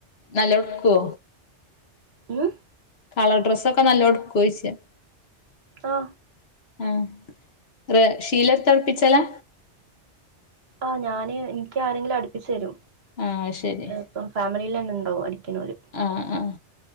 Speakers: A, on the left; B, on the right.
A: നല്ലോം ട്ക്കോ
B: ഉം
A: കളർ ഡ്രെസ്സൊക്കെ നല്ലോം ട്കോയ്ച്ച
B: ആ
A: ആ റ ഷീലട്ത്തട്പ്പിച്ചലാ
B: ആ ഞാാന് ഇൻക്ക് ആരെങ്കിലും അട്പ്പിച്ച് തരും
A: ആ അത് ശരി
B: ഏ, ഇപ്പം ഫാമിലിയിലെന്നെ ണ്ടാവും അടിക്ക്ണോല്
A: ആ ആ